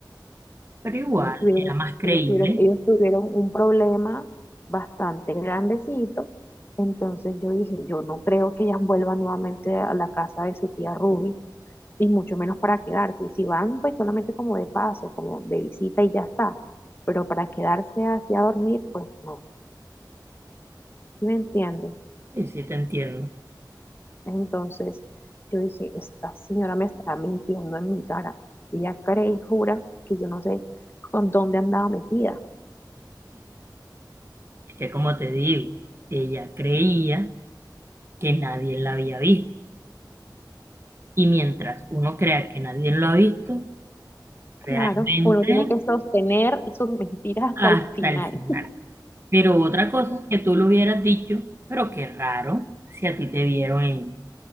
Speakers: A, on the right; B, on the left.
A: pero igual
B: Ellos tuvieron,
A: era más creíble
B: ellos tuvieron, ellos tuvieron un problema bastante grandecito. Entonces yo dije, yo no creo que ellas vuelvan nuevamente a la casa de su tía Ruby, y mucho menos para quedarse. Y si van, pues solamente como de paso, como de visita y ya está. Pero para quedarse así a dormir, pues no. ¿Sí me entiendes?
A: Sí, sí, te entiendo.
B: Entonces yo dije, esta señora me está mintiendo en mi cara. Ella cree y jura que yo no sé con dónde andaba metida.
A: Es que como te digo, ella creía que nadie la había visto. Y mientras uno crea que nadie lo ha visto, realmente
B: Claro, uno tiene que sostener sus mentiras hasta
A: hasta
B: el final.
A: el final. Pero otra cosa es que tú lo hubieras dicho, pero qué raro si a ti te vieron en,